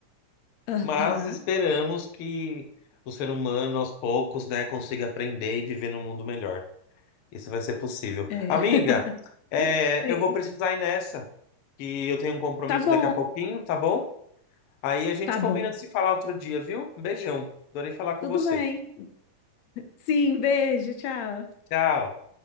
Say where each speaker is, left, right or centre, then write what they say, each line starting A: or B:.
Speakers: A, on the left (about 70°); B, on the left (about 85°).
A: Aham,
B: Mas esperamos que o ser humano, aos poucos, né, consiga aprender e viver num mundo melhor. Isso vai ser possível.
A: é.
B: Amiga,
A: <laughs>
B: é,
A: Sim.
B: eu vou precisar ir nessa, que eu tenho um compromisso
A: Tá bom,
B: daqui a pouquinho, tá bom? Aí a gente
A: tá
B: combina
A: bom.
B: de se falar outro dia, viu? Um beijão. Adorei falar com
A: Tudo
B: você.
A: bem. Sim, beijo, tchau.
B: Tchau.